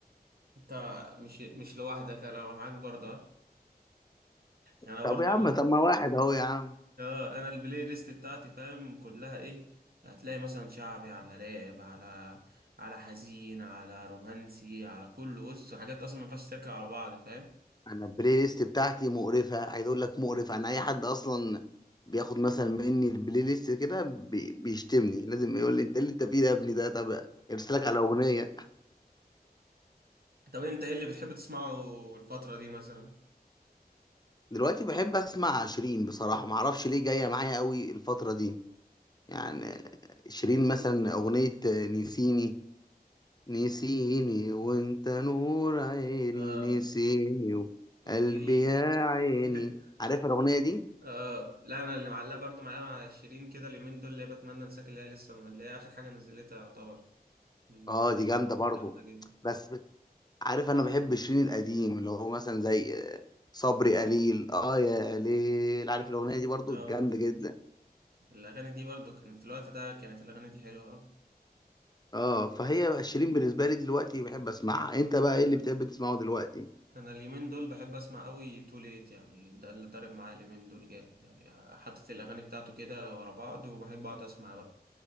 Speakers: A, on the right; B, on the left.
A: انت مش مش لوحدك انا معاك برضه آه. يعني انا
B: طب
A: برضه
B: يا عم طب
A: <laughs>
B: ما واحد اهو يا عم
A: اه انا البلاي ليست بتاعتي فاهم كلها ايه هتلاقي مثلا شعبي على راب على على حزين على رومانسي على كل بص حاجات اصلا ما ينفعش تركب على بعض فاهم
B: انا البلاي ليست بتاعتي مقرفه عايز اقول لك مقرفه انا اي حد اصلا بياخد مثلا مني البلاي ليست كده بي- بيشتمني لازم يقول لي انت إيه اللي انت فيه ده يا ابني ده طب ارسلك على اغنيه
A: طب انت ايه اللي بتحب تسمعه الفتره دي مثلا
B: دلوقتي بحب اسمع شيرين بصراحه ما اعرفش ليه جايه معايا قوي الفتره دي يعني شيرين مثلا اغنيه نسيني نسيني وانت نور عيني
A: اه
B: نسيني وقلبي
A: في
B: يا عيني
A: <laughs>
B: عارف الاغنيه دي
A: آه لا انا اللي معلقه برضو معايا مع شيرين كده اليومين دول اللي هي بتمنى انساك اللي هي لسه اللي هي اخر حاجه نزلتها يعتبر الاغنيه
B: اه دي جامده
A: دي
B: برضو
A: جامده جدا
B: بس عارف انا بحب شيرين القديم اللي هو مثلا زي آه، صبري قليل اه يا ليل عارف الاغنيه دي برضو
A: اه
B: جامده جدا
A: الاغاني دي برضو كانت الوقت ده كانت الاغاني دي حلوه أوي.
B: اه فهي بقى شيرين بالنسبه لي دلوقتي بحب اسمعها انت بقى ايه اللي بتحب تسمعه دلوقتي
A: انا اليومين دول بحب اسمع قوي تو ليت يعني ده اللي ضارب معايا اليومين دول جامد يعني حاطط الاغاني بتاعته كده ورا بعض وبحب اقعد اسمع بقى